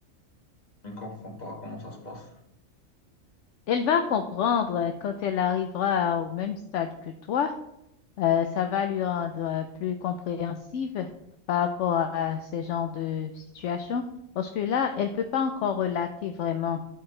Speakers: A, on the left (about 30°); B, on the left (about 70°).
A: elle ne comprend pas comment ça se passe.
B: Elle va comprendre euh, quand elle arrivera au même stade que toi Euh, ça va lui rendre euh, plus compréhensive par rapport à ce genre de situation, parce que là, elle peut pas encore relater vraiment.